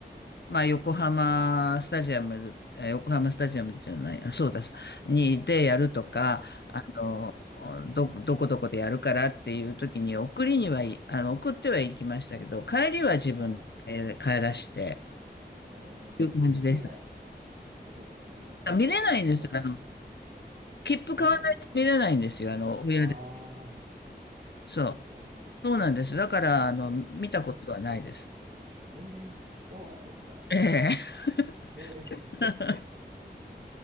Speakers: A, on the left (about 75°); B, on the right (about 55°).
A: まあ、横浜スタジアム、え横浜スタジアムじゃない、あ、そうだ、に、でやるとか、
B: い。うん。
A: あの、
B: うん。
A: ど、どこどこでやるからっていう時に送りにはい、あの、送ってはいきましたけど、帰りは自分でえー帰らして、
B: はい。ええ見ない、
A: という感じでした。
B: 見るんですか見ないんですかパフォーマンス。
A: 見れないんですよ。あの、切符買わないと見れないんですよ。
B: 見れない。
A: あの、親で。
B: ああ、
A: そう。
B: そうなん
A: そうなんです。だから、あの、見たことはないです。
B: だ。ええそうなんですか。
A: ええ。
B: え
A: <laughs>